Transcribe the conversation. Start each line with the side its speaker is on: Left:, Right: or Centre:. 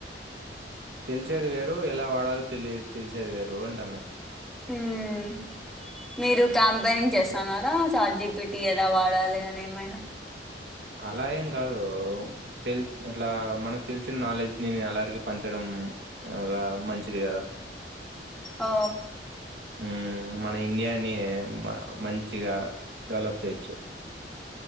Right: తెలిసేది వేరు ఎలా వాడాలో తెలియ తెలిసేది వేరు అంటన్న
Centre: ఉమ్ మీరు క్యాంపెయినింగ్ చేస్తున్నారా చాట్ జీపీటీ ఎలవాడాలి అని ఏమైనా
Right: అలా ఏం కాదు తెల్ అట్లా మనకు తెలిసిన నాలెడ్జ్ ని అలారిగ పంచడం ఇగా మంచిది కదా
Centre: ఓ
Right: మ్మ్ మన ఇండియాని మంచిగా డెవలప్ చేయొచ్చు